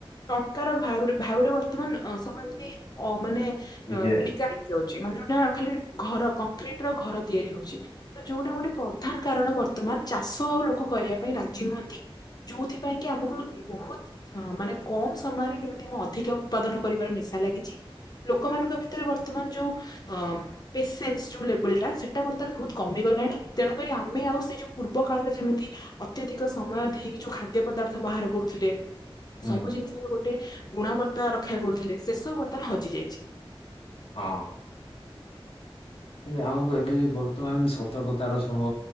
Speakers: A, on the left (about 45°); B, on the left (about 75°).
A: ଟଙ୍କାର ଭାଉ ଭାଉରେ ବର୍ତ୍ତମାନ ଅଁ ସବୁ ଏମିତି ଅ ମାନେ ଏଁ
B: ହେଇଯାଇଛି
A: ବିକା ହୋଉଚି ମାନେ ଯୋଉଟା ଖାଲି ଘର କଂକ୍ରିଟ ର ଘର ତିଆରି ହଉଚି। ତ ଯୋଉଟା ଗୋଟେ ପ୍ରଧାନ କାରଣ ବର୍ତ୍ତମାନ ଚାଷ ଆଉ ଲୋକ କରିବା ପାଇଁ ରାଜି ନୁହନ୍ତି। ଯୋଉଥି ପାଇଁକି ଆମକୁ ବହୁତ ହଁ ମାନେ କମ୍ ସମୟରେ କେମିତି ଅଧିକ ଉତ୍ପାଦନ କରିବାର ନିଶା ଲାଗିଚି। ଲୋକମାନଙ୍କ ଭିତରେ ବର୍ତ୍ତମାନ ଯୋଉ ଅ ପେସେନ୍ସ ଯୋଉ ଲେବଲଟା ସେଇଟା ବର୍ତ୍ତମାନ ବହୁତ କମିଗଲାଣି ତେଣୁକରି ଆମେ ଆଉ ସେ ଯୋଉ ପୂର୍ବ କାଳରେ ଯେମିତି ଅତ୍ୟଧିକ ସମୟ ଦେଇକି ଯୋଉ ଖାଦ୍ୟ ପଦାର୍ଥ ବାହାର କରୁଥିଲେ।
B: ହୁଁ
A: ସବୁ ଜିନିଷର ଗୋଟେ ଗୁଣାବର୍ତ୍ତା ରକ୍ଷା କରୁଥିଲେ ସେ ସବୁ ବର୍ତ୍ତମାନ ହଜି ଯାଇଚି।
B: ହଁ। କିନ୍ତୁ ଆମକୁ ଏବେ ବର୍ତ୍ତମାନ ସତର୍କତାର ସହ